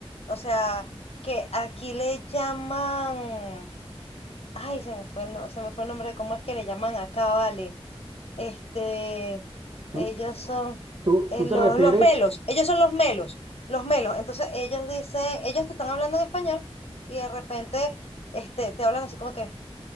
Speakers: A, on the left; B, on the right.
A: o sea, que aquí le llaman, ay, se me fue el, no- se me fue el nombre de cómo es que le llaman acá, vale. Este,
B: ¿Tú,
A: ellos son
B: tú,
A: eh,
B: tú
A: los,
B: te refieres?
A: los melos, ellos son los melos, los melos. Entonces ellos dicen, ellos te están hablando en español y de repente este, te hablan así como que,